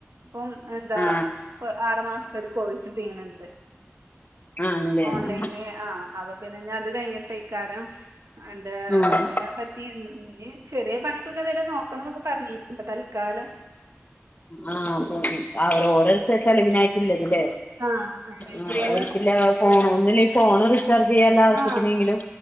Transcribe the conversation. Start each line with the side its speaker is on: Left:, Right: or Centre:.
Right: ഇപ്പം എന്താ
Left: ആ
Right: ഇപ്പ ആറു മാസത്ത ഒരു കോഴ്സ് ചെയ്യ്ണ് ണ്ട്.
Left: ആണ്ല്ലേ
Right: ഓൺലൈന്
Left: ആ
Right: ആ അപ്പൊ പിന്നെ ഞാൻ അത് കയ്ഞ്ഞിട്ടേക്കാരം അവന്റെ
Left: ആ
Right: വർക്കിനെ പറ്റി ഇൻ ഇഞ്ഞ് ചെറിയ പണിക്കൊക്കെ എന്തേലും നോക്കണംന്നൊക്കെ പറഞീന്ന് ഇപ്പ തൽക്കാലം.
Left: ആ പോ അവരോരൊ ര് ചെലവിനായിട്ട്ള്ളത്. ട്ട്ലേ
Right: ആ അതിനായിട്ടുള്ളത്
Left: ആ ഓൽക്ക്ല്ലെ ഫോ ഒന്നൂല്ലെയ് ഫോണ് റീചാർജ് ചെയ്യാല്ല ആവശ്യത്തിനെങ്കിലും,
Right: ആ